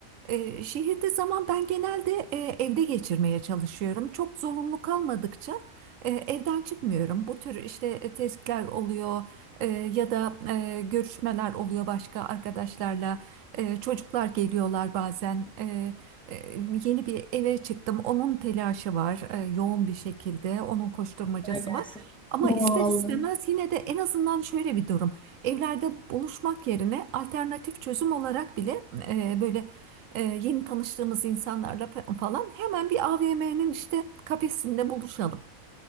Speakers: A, on the right; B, in the centre.
A: Ee, şehirde zaman ben genelde e, evde geçirmeye çalışıyorum. Çok zorunlu kalmadıkça e, evden çıkmıyorum. Bu tür işte e, testler oluyor e, ya da e, görüşmeler oluyor başka arkadaşlarla. E, çocuklar geliyorlar bazen. E, e, yeni bir eve çıktım. Onun telaşı var e, yoğun bir şekilde. Onun koşturmacası
B: Kolay gelsin.
A: var. Ama
B: Doğal.
A: ister istemez yine de en azından şöyle bir durum. Evlerde buluşmak yerine alternatif çözüm olarak bile e, böyle e, yeni tanıştığımız insanlarla fa- falan hemen bir AVM'nin işte kafesinde buluşalım.